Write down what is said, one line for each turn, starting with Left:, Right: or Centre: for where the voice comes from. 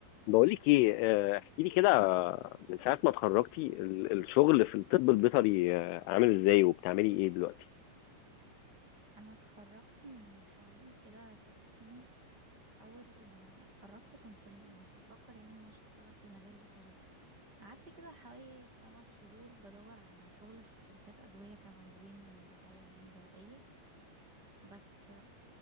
Left: بقولك ايه آه، احكي لي كده آه، من ساعة ما اتخرجتي ال- الشغل في الطب البيطري آه، عامل ازاي وبتعملي ايه دلوقتي؟
Right: انا اتخرجت من حوالي كده ست سنين اول ما اتخرجت كنت م- مش بفكر يعني ان انا اشتغل في المجال بصراحة قعدت كده حوالي خمس شهور بدور على شغل في شركات ادوية كمندوبين دعاية يعني دوائية بس